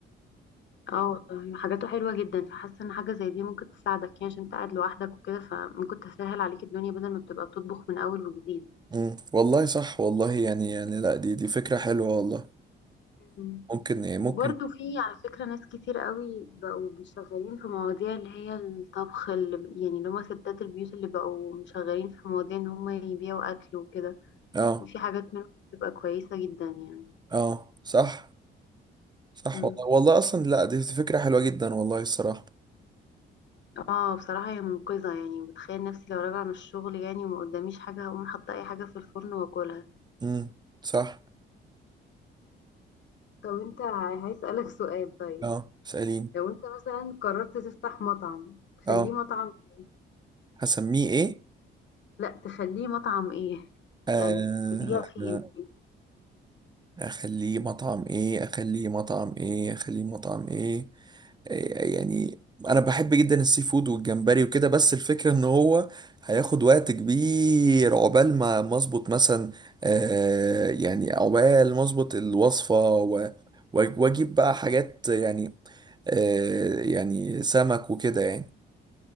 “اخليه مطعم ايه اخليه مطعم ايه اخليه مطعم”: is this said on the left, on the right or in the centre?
Right